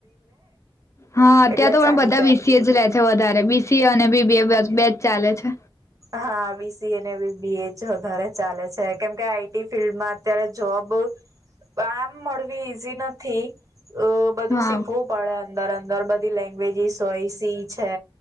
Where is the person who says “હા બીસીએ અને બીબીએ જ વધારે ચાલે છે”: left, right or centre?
Right